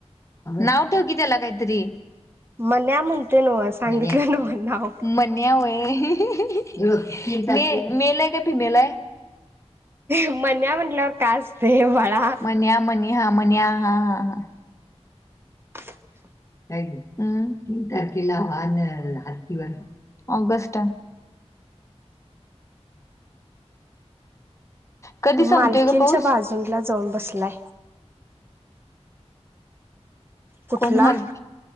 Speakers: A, on the left (about 25°); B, on the right (about 20°).
A: नाव ठेव की त्याला काहीतरी
B: मन्या म्हणतय नव सांगितलं
A: मन्या.
B: न नाव
A: मे वय ते मेल अहे की फीमेल आहे
B: म्हन्या म्हंटल्यावर काय असतं बाळा
A: म्हण्या म्हणे हा म्हणे्या हा हां हां
B: <inaudible>
A: का ह तीन तारकला हानन हरतीिवर ऑगस्ट कधी संपतोय
B: मालकींच्या
A: ग पाऊस
B: बाजू अजला जाऊन बसलाय कुठला
A: कोण मालकी